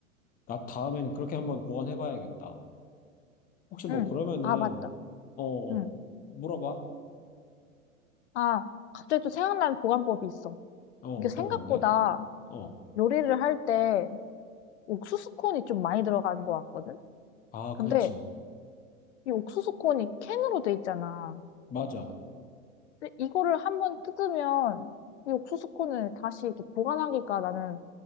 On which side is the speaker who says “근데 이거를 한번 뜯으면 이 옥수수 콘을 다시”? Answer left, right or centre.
Left